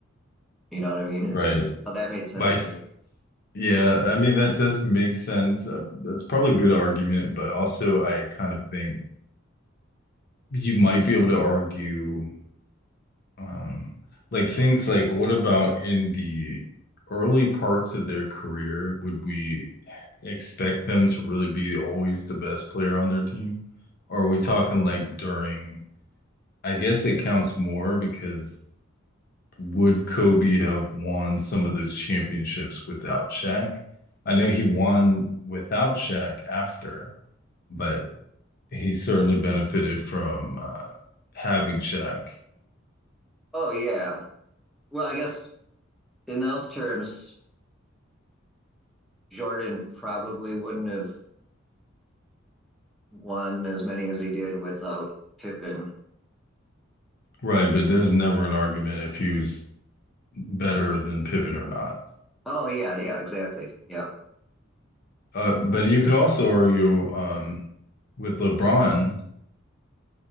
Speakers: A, in the centre; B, on the left.
A: You know what I mean? And
B: Right.
A: so, so that made sense
B: My f-
A: to me.
B: yeah, I mean that does make sense. Uh, that's probably a good argument, but also I kind of think you might be able to argue. Um, like things like what about in the early parts of their career, would we expect them to really be always the best player on their team? Or are we talking like during, I guess it counts more because would Kobe have won some of those championships without Shaq? I know he won without Shaq after, but he certainly benefited from uh, having Shaq.
A: Oh, yeah. Well, I guess in those terms, Jordan probably wouldn't have won as many as he did without Pippen.
B: Right, but there's never an argument if he's better than Pippen or not.
A: Oh yeah, yeah, exactly. Yeah.
B: Uh, but you could also argue um, with LeBron